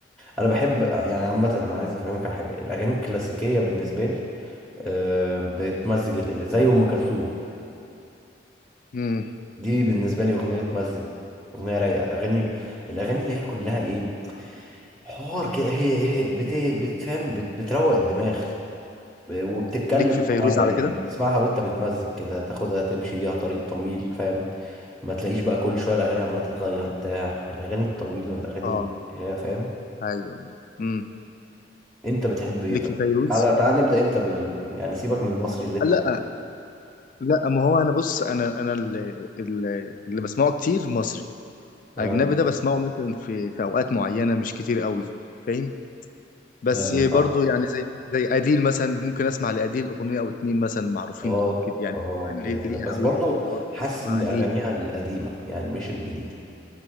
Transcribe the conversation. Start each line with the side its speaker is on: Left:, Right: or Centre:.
Centre: انا بحب يعني عامه انا عايز افهمك على حاجه الاغاني الكلاسيكيه بالنسبه لي آه، بتمزج ال- زي ام كلثوم
Left: امم
Centre: دي بالنسبة لي أغنية تمزج أغنية رايقة أغاني الأغاني اللي هي كلها إيه حوار كده هي هي بت... بتفهم بت... بتروق الدماغ آه، وبتتكلم
Left: ليك في
Centre: في
Left: فيروز
Centre: حاجة
Left: على
Centre: يعني
Left: كده
Centre: بتسمعها وأنت متمزج كده تاخدها تمشي بيها طريق طويل فاهم ما تلاقيش بقى كل شوية الأغاني عمالة تتغير بتاع الأغاني الطويلة الأغاني
Left: اه
Centre: اللي هي فاهم
Left: ايوه امم
Centre: أنت بتحب إيه
Left: ليك
Centre: طب
Left: في فيروز
Centre: تعالى تعالى نبدأ أنت بال يعني سيبك من المصري اللي أنت
Left: لا لا ما هو انا بص انا انا اللي, اللي اللي بسمعه كتير مصري
Centre: آه
Left: اجنبي ده بسمعه مثلا في في اوقات معينه مش كتير قوي فاهم بس
Centre: أيوه
Left: برضو
Centre: فاهم
Left: يعني زي زي اديل مثلا ممكن اسمع لاديل اغنيه او اتنين مثلا معروفين
Centre: آه
Left: كده يعني
Centre: آه
Left: اللي
Centre: كده
Left: ليها
Centre: كده بس
Left: قوي
Centre: برضو حاسس
Left: اسمع
Centre: إن أغانيها
Left: اديل
Centre: القديمة يعني مش الجديدة